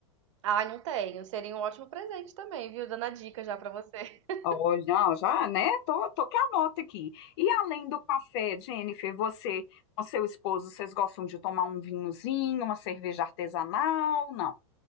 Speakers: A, on the right; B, on the left.
A: Ai, não tenho. Seria um ótimo presente também, viu? Dando a dica já pra você. <laughs>
B: Olha, Ó, já, já, né? Tô, tô que anota aqui. E além do café, Jennifer, você com seu esposo, vocês gostam de tomar um vinhozinho, uma cerveja artesanal? Não.